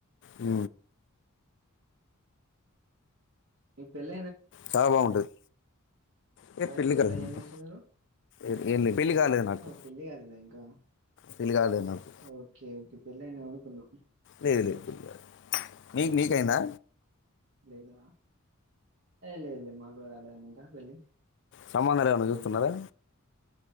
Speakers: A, on the left; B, on the right.
A: అ
B: నీకు పేల
A: చాలా బాగుంటుంది ఏ
B: వైఫ్
A: పెళ్ళి కాలేదు
B: ఇట్లా
A: నాకు.
B: ఏం చేస్తున్నారు
A: ఏ- ఏం లేదు పెళ్ళి కాలేదు నాకు
B: పెళ్ళి కాలేద ఇంకా
A: పెళ్ళి కాలేదు నాకు
B: ఓకే ఓకే పెళ్ళే అయిందేమో అనుకున్న
A: లేదు లేదు పెళ్ళి కాలేదు నీకు నీకైందా
B: లేదా లేదు లేదు మాకూడ కాలేదు నా పెళ్లి
A: సంబందాలు ఏమైనా
B: లేదు.
A: చూస్తున్నారా